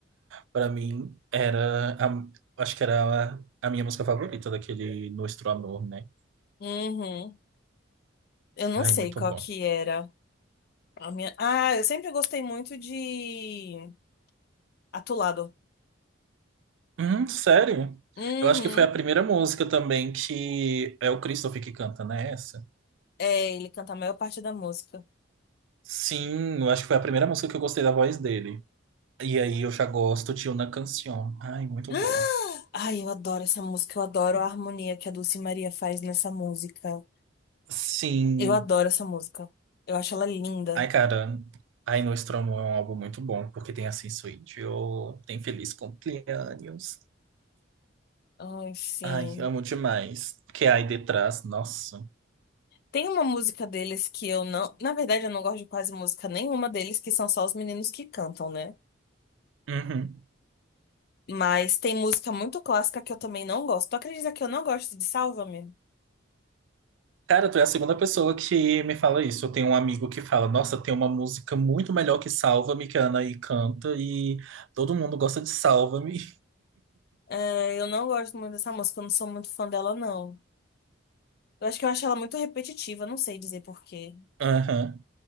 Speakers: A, on the right (about 70°); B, on the left (about 50°).
A: Pra mim, era a- acho que era a, a minha música favorita daquele Nuestro Amor, né?
B: Uhum. Eu não
A: Ai,
B: sei
A: muito
B: qual
A: bom.
B: que era. A minha... Ah, eu sempre gostei muito de Atulado.
A: Hum, sério?
B: Uhum.
A: Eu acho que foi a primeira música também que é o Christopher que canta, né? Essa?
B: É, ele canta a maior parte da música.
A: Sim, eu acho que foi a primeira música que eu gostei da voz dele. E aí eu já gosto de Una Canción. Ai, muito
B: <gasps> Ah.
A: boa.
B: Ai, eu adoro essa música. Eu adoro a harmonia que a Dulce Maria faz nessa música.
A: Sim.
B: Eu adoro essa música. Eu acho ela linda.
A: Ai, cara. Ai, Nuestro Amor é um álbum muito bom, porque tem Assim Sou Yo, tem Feliz Cumpleaños.
B: Ai, sim.
A: Ai, amo demais. Que aí detrás, nossa.
B: Tem uma música deles que eu não. Na verdade, eu não gosto de quase música nenhuma deles, que são só os meninos que cantam, né?
A: Uhum.
B: Mas tem música muito clássica que eu também não gosto. Tu acredita que eu não gosto de Sálvame?
A: Cara, tu é a segunda pessoa que me fala isso. Eu tenho um amigo que fala: Nossa, tem uma música muito melhor que Salva-me, que a Anaí canta, e todo mundo gosta de Salva-me.
B: É, eu não gosto muito dessa música, eu não sou muito fã dela, não. Eu acho que eu acho ela muito repetitiva, não sei dizer por quê,
A: <laughs> Aham.